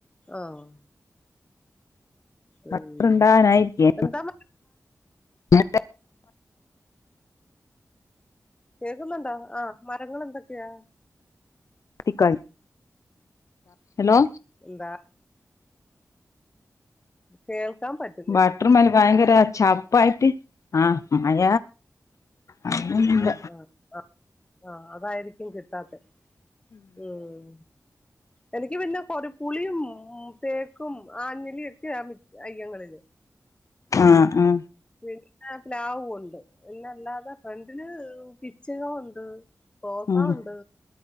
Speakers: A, on the left; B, on the left.
A: ആഹ് പിന്നെ
B: ബട്ടറ് ഉണ്ടാനായിരിക്ക
A: എന്താ മഴ
B: <inaudible>
A: കേൾക്കുന്നുണ്ടോ ആഹ് മരങ്ങൾ എന്തൊക്കെയാ
B: ക്ക ഹലോ
A: എന്താ കേൾക്കാൻ പറ്റു
B: ബട്ടർ മേൽ ഭയങ്കര ചപ്പായിട്ട് ആഹ് മഴ അങ്ങനൊന്നുല്ല
A: ആഹ് ആഹ് ആഹ് അതായിരിക്കും കിട്ടാത്തെ ഉം എനിക്ക് പിന്നെ കൊറേപ്പുളിയും ഉം തേക്കും ആഞ്ഞിലയും ഒക്കെയാ അങ്ങളില്
B: ആഹ് ആഹ്
A: പിന്നെ പ്ലാവുണ്ട് പിന്നെല്ലാതെ ഫ്രണ്ടില് പിചിങ്ങ ഉണ്ട് റോസ
B: ഉം
A: ഉണ്ട്